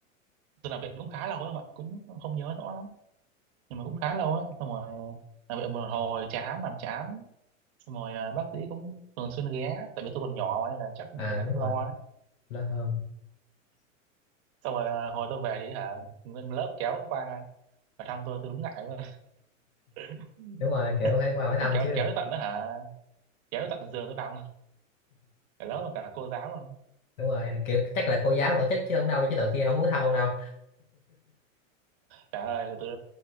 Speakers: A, on the right; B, on the left.
A: tôi làm viện cũng khá lâu ấy mà cũng không nhớ rõ lắm nhưng mà cũng khá lâu ấy xong rồi làm viện một hồi chán làm chán xong rồi à, bác sĩ cũng thường xuyên ghé tại vì tôi còn nhỏ mà nên là chắc người
B: à
A: ta
B: đúng
A: cũng
B: rồi
A: lo ấy
B: lớp hơn
A: xong rồi à, hồi tôi về đi hả nguyên lớp kéo qua và thăm tôi tôi đúng ngại luôn <laughs>
B: đúng rồi kiểu phải qua hỏi thăm
A: Thì kéo
B: chứ
A: kéo tới tận đó hả kéo tới tận giường tôi nằm cả lớp và cả cô giáo luôn
B: đúng rồi kiểu chắc là cô giáo tổ chức chứ không đâu chứ tụi kia không muốn thăm ông đâu
A: trời ơi tôi